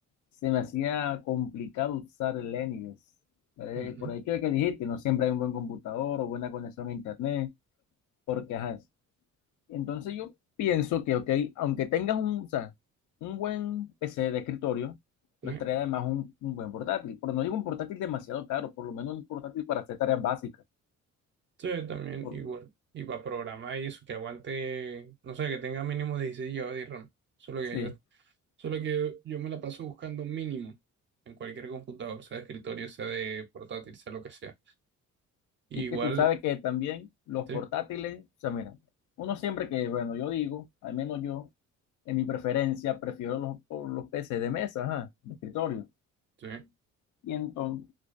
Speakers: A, on the left; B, on the right.
A: se me hacía complicado usar el Linux. Eh,
B: Ujú.
A: por ahí que que dijiste, no siempre hay un buen computador o buena conexión a internet, porque ajá, entonces yo pienso que, ok, aunque tengas un, o sea, un buen PC de escritorio, no
B: Sí.
A: estaría además un, un buen portátil. Pero no digo un portátil demasiado caro, por lo menos un portátil para hacer tareas básicas.
B: Sí, también
A: Por-
B: igual. Y para programar y eso, que aguante, no sé, que tenga mínimo 16 GB de RAM. Solo que
A: sí.
B: yo, solo que yo, yo me la paso buscando mínimo en cualquier computador, sea de escritorio, sea de portátil, sea lo que sea. Igual,
A: Y es que tú sabes que también los
B: sí,
A: portátiles, o sea, mira, uno siempre que, bueno, yo digo, al menos yo, en mi preferencia, prefiero los, por los PC de mesa, ajá, de escritorio.
B: sí, de
A: Y entonces,